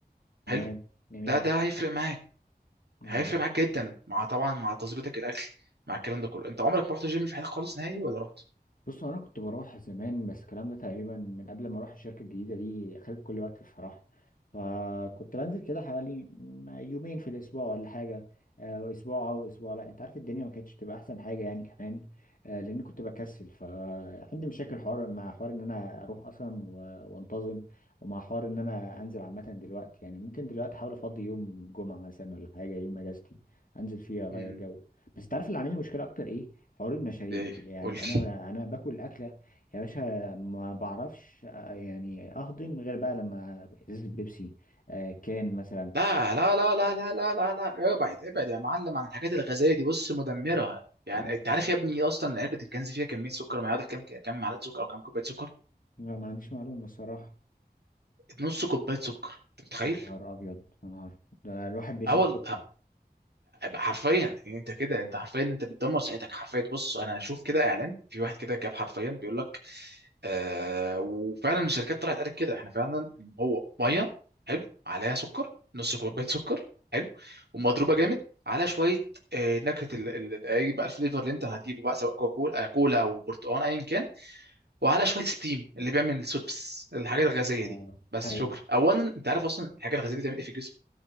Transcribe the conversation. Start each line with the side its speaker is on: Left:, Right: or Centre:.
Left: تمام
Right: حلو
Left: جميل
Right: ده ده هيفرق معاك
Left: جميل
Right: هيفرق معاك جدا مع طبعا مع تظبيطك الاكل مع الكلام ده كله انت عمرك ما رحت جيم في حياتك خالص نهائي ولا رحت
Left: بص انا كنت بروح زمان بس الكلام ده تقريبا من قبل ما اروح الشركه الجديده دي خدت كل وقت بصراحه فكنت بنزل كده حوالي م- يومين في الاسبوع ولا حاجه آه، اسبوع او اسبوع لا انت عارف الدنيا ما كانتش تبقى احسن حاجه يعني كمان آه، لان كنت بكسل فعندي مشاكل حوار مع حوار ان انا اروح اصلا و- وانتظم ومع حوار ان انا انزل عامه دلوقتي يعني ممكن دلوقتي احاول افضي يوم جمعه مثلا ولا حاجه يوم اجازتي انزل فيه اغير
Right: امم
Left: جو بس تعرف اللي عامل لي مشكله اكتر ايه حوار المشاريب
Right: ايه
Left: يعني
Right: قول لي
Left: انا انا باكل الاكله يا باشا ما بعرفش آه، يعني اهضم غير بقى لما ازازه بيبسي آه، كان مثلا
Right: لا لا لا لا لا لا لا لا ابعد ابعد يا معلم عن الحاجات الغازيه دي بص مدمره يعني
Left: مم.
Right: انت عارف يا ابني اصلا علبه الكنز فيها كميه سكر ما يعادل كام كام معلقه سكر او كام كوبايه سكر
Left: لا ما عنديش معلومه الصراحه
Right: نص كوبايه سكر انت متخيل
Left: يا نهار ابيض يا نهار ده الواحد بيشرب
Right: اول
Left: سكر
Right: حرفيا يعني انت كده انت حرفيا انت بتدمر صحتك حرفيا بص انا اشوف كده اعلان في واحد كده جاب حرفيا بيقول لك آه وفعلا الشركات طلعت قالت كده احنا فعلا هو ميه حلو عليها سكر نص كوبايه سكر حلو ومضروبه جامد على شويه آه نكهه ال- ال- ال- اي بقى الفليفر اللي انت هتجيبه بقى سواء كوكا كولا آه، كولا او برتقال ايا كان وعلى شويه ستيم اللي بيعمل السوتفس الحاجات الغازيه
Left: آه.
Right: دي بس
Left: ايوه
Right: شكرا اولا انت عارف اصلا الحاجه الغازيه دي بتعمل ايه في الجسم